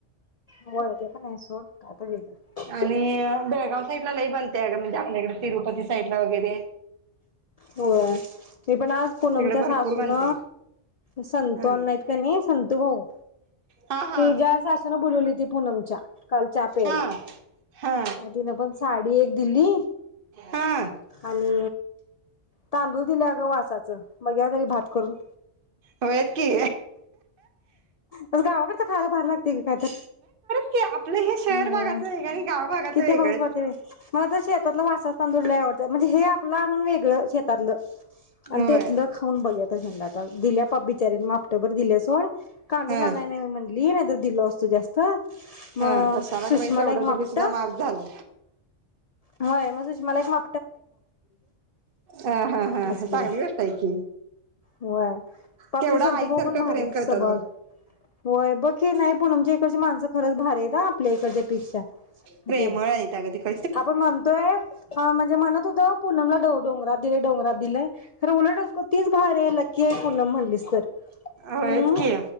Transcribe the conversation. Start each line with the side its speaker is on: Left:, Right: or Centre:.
Left: होय ते पण आहे सोड काय <unintelligible>
Right: आणि बेळगाव साइडला लई बनतेय अग म्हणजे आपल्या इकडं तिरुपती साईडला वगैरे
Left: होय मी पण आज पुनमच्या
Right: तिकडे भरपूर
Left: सासूून,
Right: बनतंय.
Left: संतु
Right: हा
Left: अण्णा हाईत कने संतु भाऊ?
Right: हा हा
Left: तिज्या सासू ला बोलवली ती पुनमच्या काल चहा प्यायला,
Right: हा हा
Left: म तिनं पण साडी एक दिली
Right: हा
Left: आणि तांदूळ दिल्या गं वासाच मग या भात करून.
Right: होयच की
Left: गावाकडचं खायला भारी लागतय कायतर.
Right: <inaudible> शहर
Left: होय
Right: भागाचं वेगळं आणि गाव भागाचं
Left: किती
Right: वेगळंच
Left: हाऊस वाटते. मला तर शेतातला वासाच तांदूळ लय आवडत म्हणजे हे आपलं आणून वेगळं शेतातलं. आणि
Right: होय
Left: त्येतलं खाऊन बघयात. दिल्या पाप बिचारीन माप र दिल्या सोड कांडून
Right: हा
Left: आनाय नाय म्हणली नाही तर दिलं असतं जास्त. मग
Right: हा! कशाला
Left: सुषमाला
Right: गं बाई, तेवढं
Left: एक मापट
Right: दिलश माप झालं.
Left: होय म सुषमला एक मा
Right: हा हा हा
Left: असं
Right: चांगली
Left: केलं
Right: गोष्ट हाय की.
Left: होय. पाप
Right: केवढं
Left: ते संतु
Right: आईसारखं
Left: भाऊ पण भारीच
Right: प्रेम करतात
Left: स्वभावाला
Right: बघ
Left: होय बघ की नाइ पूनमच्या इकडची माणसं खरचं भारी आहेत हा आपल्या इकडच्या पेक्षा.
Right: प्रेमळ
Left: तेन
Right: आहेत अगं तिक
Left: आपण म्हणतोय म्हणजे म्हणत होतो पूनमला दो डोंगरात दिलय, डोंगरात दिलं य खरं उलट तीच भारी हाय, लकी हाय पुनण म्हणलीस तर
Right: होयच
Left: हम्
Right: की